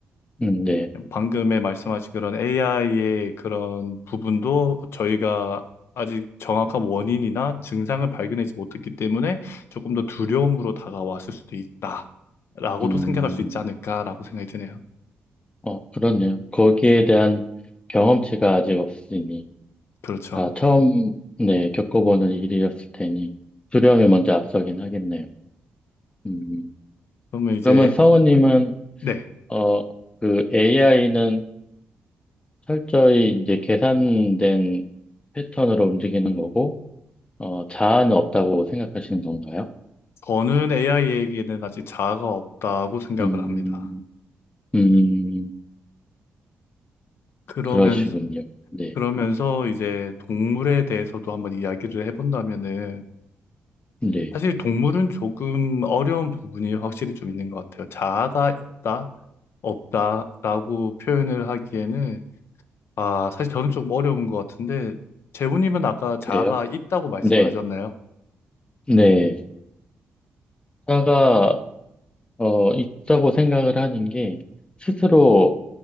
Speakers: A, on the left; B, on the left.
A: 음, 네.
B: 방금에 말씀하신 그런 AI의 그런 부분도 저희가 아직 정확한 원인이나 증상을 발견하지 못했기 때문에 조금 더 두려움으로 다가왔을 수도 있다라고도
A: 음,
B: 생각할 수 있지 않을까라고 생각이 드네요.
A: 어, 그렇네요. 거기에 대한 경험치가 아직 없으니
B: 그렇죠.
A: 다 처음 네 겪어보는 일이었을 테니 두려움이 먼저 앞서긴 하겠네요. 음,
B: 그러면 이제,
A: 그러면 성우님은
B: 네.
A: 어 그 AI는 철저히 이제 계산된 패턴으로 움직이는 거고, 어, 자아는 없다고 생각하시는 건가요?
B: 저는 AI에게는 아직 자아가 없다고 생각을
A: 음,
B: 합니다.
A: 음,
B: 그러면서,
A: 그러시군요. 네,
B: 그러면서 이제 동물에 대해서도 한번 이야기를 해본다면은
A: 네,
B: 사실 동물은 조금 어려운 부분이 확실히 좀 있는 것 같아요. 자아가 있다, 없다라고 표현을 하기에는 아, 사실 저는 좀 어려운 것 같은데 재훈님은 아까 자아가
A: 그래요?
B: 있다고 말씀을
A: 네,
B: 하셨나요?
A: 네. 자아가, 어, 있다고 생각을 하는 게, 스스로